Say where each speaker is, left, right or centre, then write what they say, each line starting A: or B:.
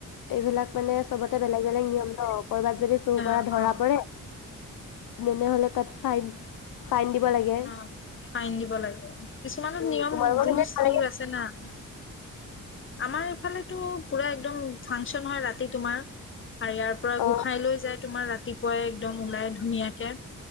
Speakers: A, on the left; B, on the left.
A: এইবিলাক মানে চবতে বেলেগ বেলেগ নিয়ম ন কবাত যদি চুৰ
B: অ',
A: কৰা ধৰা
B: অ',
A: পৰে তেনেহলে তাত ফাইন ফাইন দিব লাগে।
B: অ ফাইন দিব লাগে কিছুমানত
A: উম
B: নিয়ম
A: তোমালোকৰ
B: ৰোলচ
A: পিনে নালাগে?
B: বোৰ আছে না । আমাৰ এইফালেতো পুৰা একদম ফাংচন হয় ৰাতি তোমাৰ আৰু ইয়াৰ পৰা
A: অ
B: গোসাই লৈ যায় তোমাৰ ৰাতি পুৱাই একদম ওলাই ধুনীয়াকে